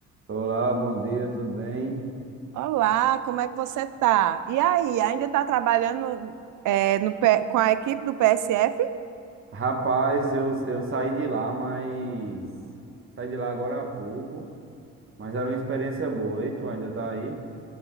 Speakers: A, on the right; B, on the right.
A: Olá, bom dia, tudo bem?
B: Olá, como é que você tá? E aí, ainda está trabalhando é, no P- com a equipe do PSF?
A: Rapaz, eu, eu saí de lá, mas. Saí de lá agora há pouco, mas era uma experiência boa. E tu ainda tá aí?